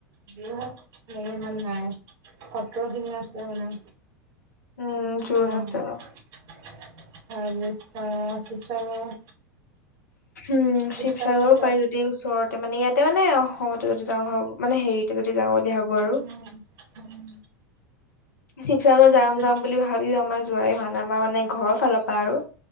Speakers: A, on the right; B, on the left.
A: যোৰহাট ফালে ইমান নাই। সত্ৰ খিনি আছে মানে।
B: উম যোৰহাট
A: উম। তাৰপিছত শিৱসাগৰ
B: উম'
A: শিৱসাগৰ
B: শিৱসাগৰো পাৰি যদি ওচৰতে মানে ইয়া- তে মানে অসমতে যদি যাওঁ ভাবো মানে হেৰিতে যদি যাওঁ বুলি ভাবো আৰু
A: উম, উম,
B: শিৱ সাগৰ যাম
A: শিৱ
B: যাম বুলি ভাবিও আমাৰ যোৱাই হোৱা নাই। আমাৰ মানে ঘৰৰ ফালৰ পৰা আৰু